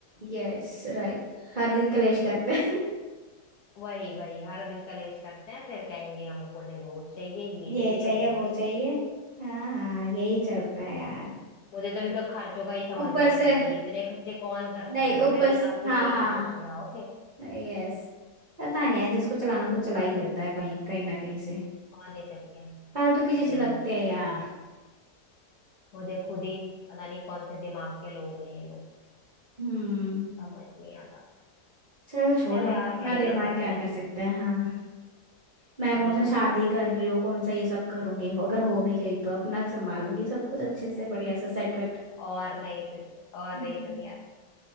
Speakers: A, on the right; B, on the left.
A: यस राइट हर दिन कलेश करते हैं
B: वही वही हर दिन कलेश करते हैं फिर कहेंगे हमको डिवोर्स चाहिए
A: <laughs>
B: ये
A: ये
B: चाहिए
A: चाहिए
B: वो
A: वो
B: चाहिए
A: चाहिए हाँ हाँ यही चलता है यार
B: मुझे तो इनका खर्चों का ही समझ
A: ऊपर
B: नहीं आता
A: से
B: भाई इतने खर्चे कौन करता
A: नहीं
B: है
A: उपस
B: पहली बात तो
A: हाँ
B: यही
A: हाँ
B: मुझे समझाओ <laughs> कौन
A: यस पता नहीं यार जिसको चलाना तो चला ही लेता है कहीं कहीं ना कहीं से
B: नहीं तो क्या
A: फालतू की चीजें
B: अरे
A: लगते हैं यार
B: मुझे खुद ही पता नहीं कौन से दिमाग के लोग हैं ये लोग
A: हम्म
B: समझ नहीं आता
A: चल छोड़
B: चल
A: अब
B: यार
A: अपना
B: क्या ही
A: दिमाग
B: कर सकते
A: क्या
B: हैं
A: कर सकता है हाँ मैं
B: सही
A: कौन सा
B: ना
A: शादी कर रही हूँ कौन सा ये सब करूंगी अगर हो भी गई तो अपना संभालूंगी सब कुछ अच्छे
B: <laughs>
A: से बढ़िया सा सेट वेट
B: और नहीं तो और
A: हम्म,
B: नहीं तो क्या